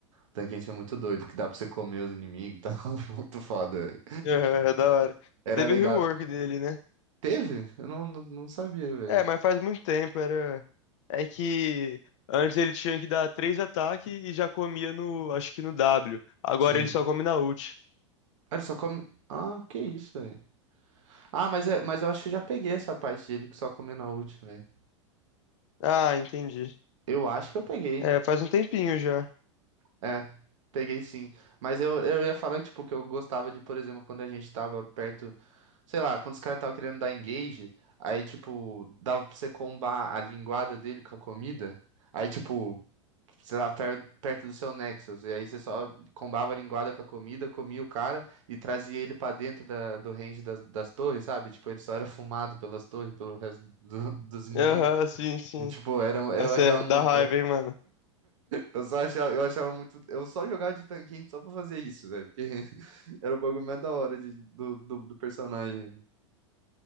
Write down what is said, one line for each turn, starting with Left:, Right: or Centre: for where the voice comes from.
Right: Tanquente é muito doido, que dá pra você comer os inimigos e tal. <laughs> Muito foda, velho.
Left: Aham, é da hora.
Right: Era
Left: Teve
Right: legal.
Left: o rework dele, né?
Right: Teve? Eu não, não, não sabia, velho.
Left: É, mas faz muito tempo, era... É que antes ele tinha que dar três ataques e já comia no... Acho que no W. Agora
Right: Sim.
Left: ele só come na ult.
Right: Ah, ele só come. Ah, que isso, velho. Ah, mas, é, mas eu acho que eu já peguei essa parte dele que só comeu na última, velho.
Left: Ah, entendi.
Right: Eu acho que eu peguei.
Left: É, faz um tempinho já.
Right: É, peguei sim. Mas eu, eu ia falar, tipo, que eu gostava de, por exemplo, quando a gente tava perto, sei lá, quando os caras estavam querendo dar engage, aí, tipo, dava pra você combar a linguada dele com a comida. Aí, tipo, sei lá, per, perto do seu Nexus. E aí você só combava a linguada com a comida, comia o cara e trazia ele pra dentro da, do range das, das torres, sabe? Tipo, ele só era fumado pelas torres, pelo resto do- dos inimigos.
Left: Aham, sim, sim.
Right: Tipo, era, eu
Left: Essa
Right: achava
Left: é
Right: muito.
Left: da raiva,
Right: <laughs>
Left: hein, mano?
Right: Eu só achava, eu achava muito. Eu só jogava de tanquinho só pra fazer isso, velho. Porque <laughs> era o bagulho mais da hora de- do, do, do personagem.